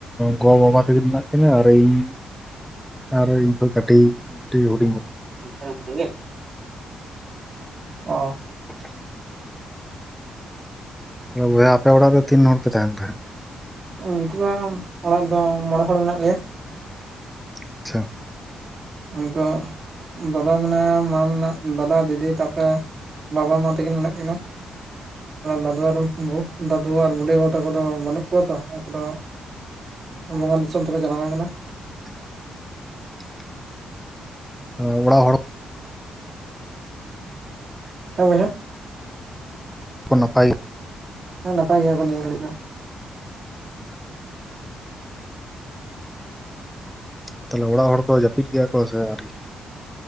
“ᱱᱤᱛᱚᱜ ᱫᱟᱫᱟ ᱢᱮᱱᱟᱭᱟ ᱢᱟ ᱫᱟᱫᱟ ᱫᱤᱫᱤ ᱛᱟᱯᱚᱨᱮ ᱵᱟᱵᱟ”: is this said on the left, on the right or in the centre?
Right